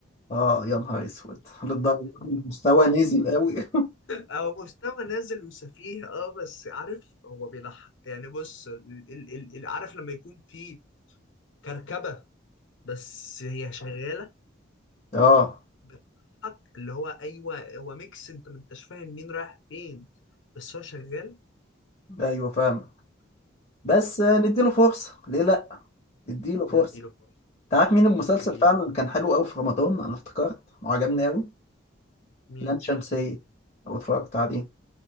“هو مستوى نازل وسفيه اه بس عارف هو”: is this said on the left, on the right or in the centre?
Left